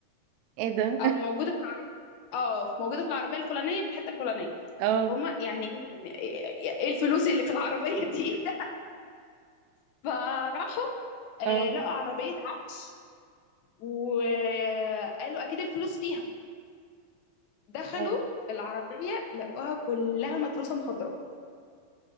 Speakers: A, on the right; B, on the left.
A: ايه ده
B: او
A: <laughs>
B: موجودة في العر... اه موجودة في العربية الفلانية في الحتة الفلانية
A: اه
B: هما يعني ايه إيه الفلوس اللي في العربية دي <laughs> فراحوا آه،
A: اه
B: لقوا عربية عفش وقالوا اكيد الفلوس فيها دخلوا
A: اه
B: العربية لقوها كلها متروسة مخدرات